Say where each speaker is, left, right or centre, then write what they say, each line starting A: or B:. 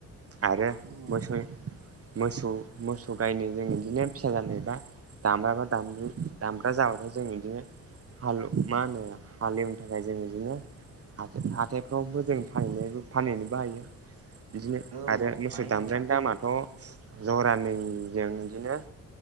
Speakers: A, on the right; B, on the right.
A: आरो
B: औ
A: मोसौ मोसौ मोसौ गायनो जों बिदिनो फिसा जानाय बा दामब्राबा दाम दामब्रा जाबाथाय जों बिदिनो हाल मा होनो हालेवनो थाखाय जों बिदिनो हाथायफ्रावबो जों फनायबो फानहैनोबो हायो बिदिनो
B: औ
A: आरो मोसौ
B: हायो
A: दामब्रानि
B: नोंथां
A: दामाथ' जरानैजों बिदिनो